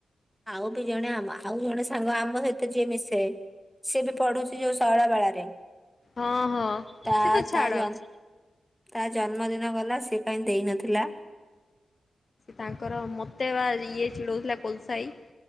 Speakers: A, in the centre; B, on the left (about 50°).
A: ଆଉ କେଜାଣି ଆମ ଆଉ ଜଣେ ସାଙ୍ଗ ଆମ ସହିତ ଯିଏ ମିଶେ ସିଏ ବି ପଢୁଛି ଯୋଉ ଶୈଳବାଳାରେ।
B: ହଁ ହଁ
A: ତା
B: ସେ ତ ଛାଡ଼।
A: ତା ଜ ତା ଜନ୍ମଦିନ ଗଲା ସେ କାଇ ଦେଇନଥିଲା।
B: ତାଙ୍କର ମତ। ଦେୱାରି। ଇଏ ଚିଡ଼ଉଥିଲା କୋଲସାଇ।